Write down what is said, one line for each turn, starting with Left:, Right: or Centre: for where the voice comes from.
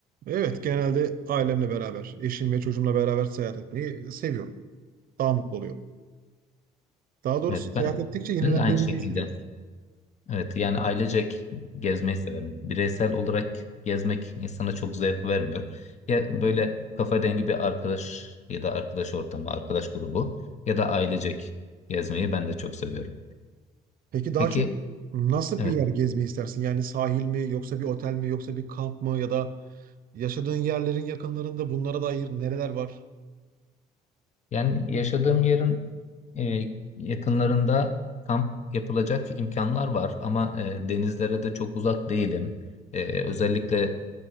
Right: Evet, genelde ailemle beraber, eşim ve çocuğumla beraber seyahat etmeyi seviyorum. daha mutlu oluyorum. Daha doğrusu
Left: Evet
Right: seyahat
Left: ben,
Right: ettikçe yenilendiğimizi
Left: ben de aynı şekilde.
Right: hissediyoruz.
Left: Evet yani ailecek gezmeyi severim. Bireysel olarak gezmek insana çok zevk vermiyor. Ya böyle kafa dengi bir arkadaş ya da arkadaş ortamı, arkadaş grubu ya da ailecek gezmeyi ben de çok seviyorum.
Right: Peki daha
Left: Peki
Right: çok nasıl
Left: evet.
Right: bir yer gezmeyi istersin? Yani sahil mi yoksa bir otel mi yoksa bir kamp mı ya da yaşadığın yerlerin yakınlarında bunlara dair nereler var?
Left: Yani yaşadığım yerin e, yakınlarında kamp yapılacak imkanlar var ama e, denizlere de çok uzak değilim. E, özellikle